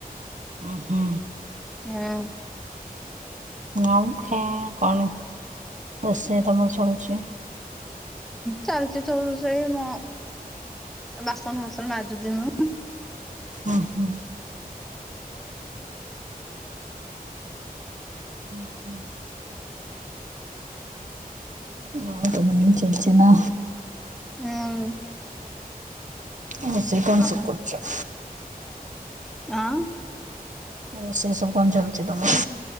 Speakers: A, on the right; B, in the centre.
A: ଓ ହୋ।
B: ଆଉ
A: ଆଉ ଖାଇବ କଣ ରୋଷେଇ ତମର ଚାଲିଚି?
B: ଚାଲିଚି ସବୁ ରୋଷେଇ କଣ ବାସନ ଫାସନ ମାଜୁଛି ମୁଁ।
A: ଓ ହୋ। ହୁଁ ହୁଁ।
B: <inaudible>
A: ହଁ ତ ମନ ଚାଲିଛି ନା।
B: ହୁଁ।
A: ଆଉ ରୋଷେଇ କଣ
B: ଆଁ।
A: ସବୁ କରୁଛ?
B: ହଁ।
A: ଆଉ ସେ ସବୁ କଣ ଚାଲିଛି ତମର?